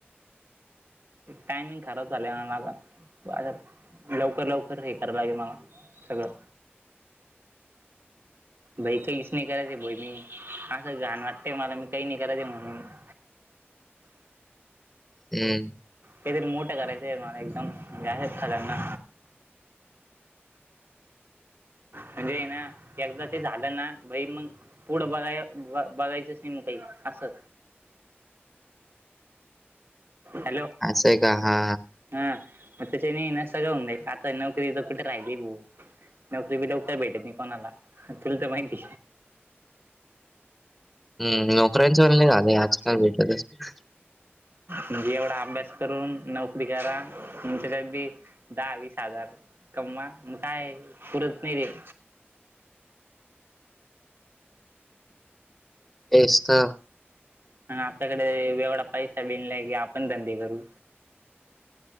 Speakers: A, on the right (about 60°); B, in the centre.
A: टायमिंग खराब झालेन आता <unintelligible> लवकर लवकर हे करा लागे <unintelligible> मला सगळं. भाई काहीच नाही करायचं बई मी असं जाण वाटतंय मला मी काही नाही करायच म्हणून <unintelligible>
B: हम्म.
A: काहीतरी मोठं करायचं आहे मला एकदम, म्हणजे असच खजना. म्हणजे ना एकदा ते झालं ना, भाई मग- पुढं बघाय बघायचंच नाही मग, काही असं. हॅलो?
B: असं आहे का? हा.
A: हा मग त्याच्याने इस्टगऊ <unintelligible> जाई आता नोकरी तोक राहिली भऊ नोकरी बी लवकर भेटेत नाही, कोणाला तुला तर माहिती.
B: हम्म.. नोकऱ्यांच पण लय झालंय आजकाल भेटतच नाही.
A: म्हणजे एवढा अभ्यास करून नोकरी करा, त्याच्यात बी दहा, वीस हजार- कमवा, मग काय पुरत नाही ते.
B: एसत <unintelligible>
A: हम <unintelligible> <inaudible> मग आपल्याकडे एवढा पैसा बिनलाय की आपण धंदे करू.